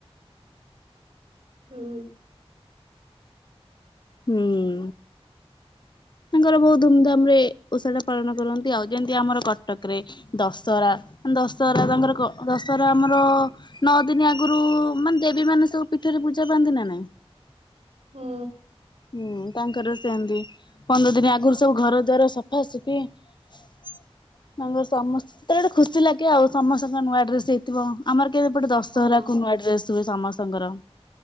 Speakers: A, on the left (about 45°); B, on the right (about 85°).
A: <inaudible>
B: ହୁଁ।
A: ହୁଁ। ତାଙ୍କର ବହୁତ ଧୁମଧାମ ରେ ଓଷାଟା ପାଳନ କରନ୍ତି। ଆଉ ଯେମିତି ଆମର କଟକ ରେ ଦଶହରା ଦଶହରା ତାଙ୍କର ଦଶହରା ଆମର ନଅ ଦିନ ଆଗରୁ ମାନେ ଦେବୀ ମାନେ ସବୁ ପୀଠରେ ପୂଜା ପାଆନ୍ତି ନା ନାଇଁ?
B: ହୁଁ
A: ହୁଁ ତାଙ୍କର ସେମତି? ପନ୍ଦର ଦିନ ଆଗରୁ ସବୁ ଘର ଦ୍ୱାର ସଫାସଫି ତାଙ୍କ ସମସ୍ତେ ଗୋଟେ ଖୁସି ଲାଗେ। ଆଉ ସମସ୍ତଙ୍କ ନୂଆ ଡ୍ରେସ ହେଇ ଆମର କେ <unintelligible> ଏପଟେ ଦଶହରାକୁ
B: ହଁ
A: ନୂଆ ଡ୍ରେସ ହୁଏ ସମସ୍ତଙ୍କର।